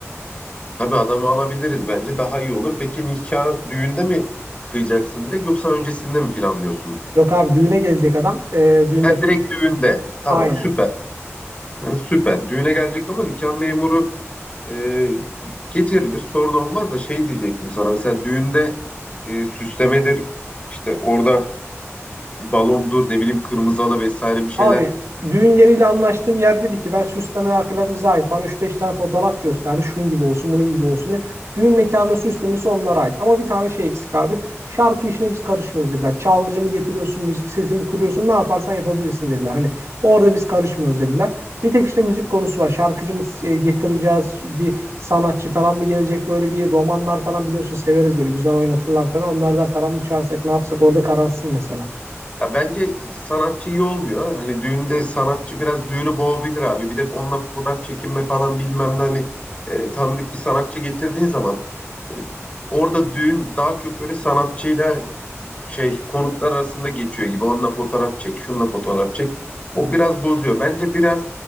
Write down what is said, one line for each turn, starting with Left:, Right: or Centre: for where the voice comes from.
Left: Tabii adamı alabiliriz bence daha iyi olur. Peki nikah düğünde mi kıyacaksın direkt yoksa öncesinde mi planlıyorsun?
Right: Yok abi düğüne gelecek adam. Ee, düğünde
Left: Ha direkt düğünde. Tamam
Right: aynen.
Left: süper. Ha, süper. Düğüne gelecek ama nikah memuru e, getirilir. Sorun olmaz da şey diyecektim sana. Mesela düğünde e, süslemedir, işte orada balondur, ne bileyim kırmızı halı vesaire bir şeyler.
Right: Abi düğün yeriyle anlaştığım yer dedi ki ben süslemeler falan bize ait. Bana üç beş tane fotoğraf gösterdi. Şunun gibi olsun bunun gibi olsun diye. Düğün mekanının süslemesi onlara ait. Ama bir tane şey eksik abi. Şarkı işine biz karışmıyoruz dediler. Çalgıcı mı getiriyorsun, müzik sesi mi kuruyorsun, ne yaparsan yapabilirsin dediler. Hani orada biz karışmıyoruz dediler. Bir tek işte müzik konusu var. Şarkıcı mı e, getireceğiz? Bir sanatçı falan mı gelecek? Böyle bir romanlar falan biliyorsun severiz böyle. Güzel oynatırlar falan. Onlardan falan mı çağırsak ne yapsak orada kararsın mesela.
Left: Ya bence sanatçı iyi olmuyor. ha. Hani düğünde sanatçı biraz düğünü boğabilir abi. Bir de onunla fotoğraf çekinme falan bilmem ne hani e, tanıdık bir sanatçı getirdiğin zaman hani orada düğün daha çok böyle sanatçıyla şey konuklar arasında geçiyor gibi. Onunla fotoğraf çek, şununla fotoğraf çek. O biraz bozuyor. Bence biraz